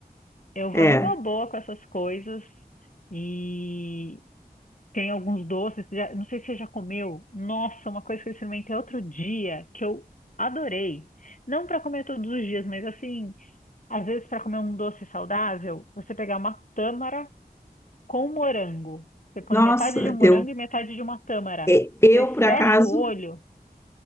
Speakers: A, on the left; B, on the left.
A: eu
B: É.
A: vou numa boa com essas coisas e tem alguns doces. já- não sei se você já comeu. Nossa, uma coisa que eu experimentei outro dia que eu adorei. Não para comer todos os dias, mas assim. Às vezes, para comer um doce saudável, você pegar uma tâmara com morango. Você põe
B: Nossa,
A: metade de um morango
B: eu,
A: e metade de uma tâmara.
B: e- eu
A: Você
B: por acaso
A: fecha o olho.